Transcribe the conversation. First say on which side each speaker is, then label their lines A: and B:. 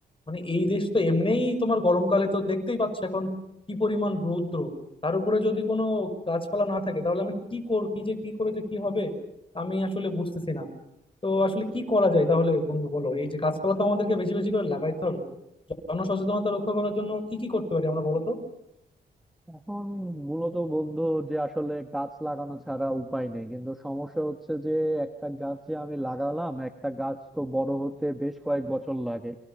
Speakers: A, on the left; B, in the centre.
A: মানে এই দেশ তো এমনিই তোমার গরমকালে তো দেখতেই পাচ্ছ এখন কি পরিমাণ রৌদ্র তার উপরে যদি কোনো গাছপালা না থাকে তাহলে আমি কি কর কি যে কি করে যে কি হবে আমি আসলে বুঝতেছি না তো আসলে কি করা যায় তাহলে বন্ধু বলো এই যে গাছপালা তো আমাদেরকে বেশি বেশি করে লাগাইতে হবে জনসচেতনতা রক্ষা করার জন্য কি কি করতে পারি আমরা বলতো
B: এখন মূলত বন্ধু যে আসলে গাছ লাগানো ছাড়া উপায় নেই কিন্তু সমস্যা হচ্ছে যে একটা গাছ যে আমি লাগালাম একটা গাছ তো বড় হতে বেশ কয়েক বছর লাগে